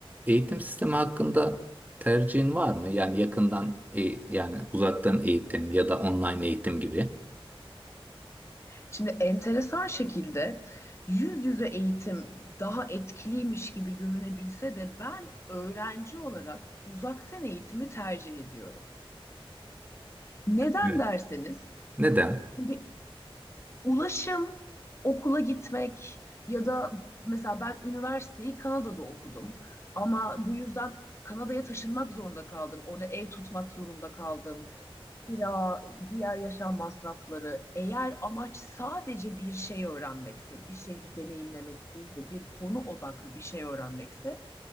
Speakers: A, on the right; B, on the left.
A: Eğitim sistemi hakkında tercihin var mı? Yani yakından, e- yani uzaktan eğitim ya da online eğitim gibi.
B: Şimdi enteresan şekilde yüz yüze eğitim daha etkiliymiş gibi görünebilse de ben öğrenci olarak uzaktan eğitimi tercih ediyorum. Neden
A: Evet.
B: derseniz,
A: Neden?
B: şimdi ulaşım, okula gitmek ya da mesela ben üniversiteyi Kanada'da okudum ama bu yüzden Kanada'ya taşınmak zorunda kaldım. Orada ev tutmak zorunda kaldım. kira, diğer yaşam masrafları. Eğer amaç sadece bir şey öğrenmekse, bir şeyi deneyimlemek değil de bir konu odaklı bir şey öğrenmekse,